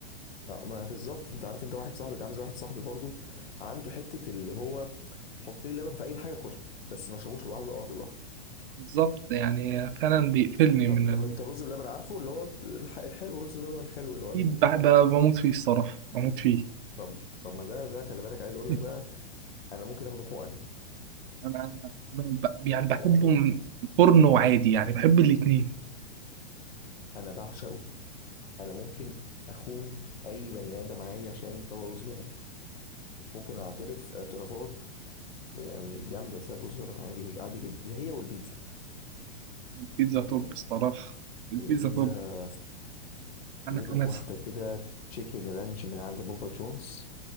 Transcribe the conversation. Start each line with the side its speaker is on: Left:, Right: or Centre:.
Left: آه، ما بالظبط انت عارف انت واحد صاحبي انت عامل زي واحد صاحبي برضه عنده حته اللي هو حط لي لبن في اي حاجه كلها بس ما شربوش لوحده او اكل لوحده
Right: بالظبط يعني فعلا بيقفلني
Left: طب
Right: من
Left: طب
Right: ال...
Left: انت الرز بلبن عارفه اللي هو الح- الحلو الرز بلبن الحلو اللي هو ال-
Right: أكيد بح- ب- بموت فيه الصراحة بموت فيه
Left: طب طب ما ده ده خلي بالك عايز اقول
Right: <laughs>
Left: لك بقى انا ممكن اخده حقن
Right: انا انا ب... يعني بحبه
Left: يعني
Right: من فرن وعادي يعني بحب الاتنين
Left: انا بعشقه انا ممكن اخون اي بني ادم عادي عشان طبق رز بلبن ممكن اعترف اعترافات يعني جامده بسبب رز لبن عادي عادي جدا زي هي والبيتزا
Right: البيتزا توب
Left: يعني
Right: الصراحة البيتزا
Left: البيتزا
Right: توب
Left: تجيب
Right: انا انا
Left: لك واحده
Right: س-
Left: كده تشيكن رانش من عند بابا جونز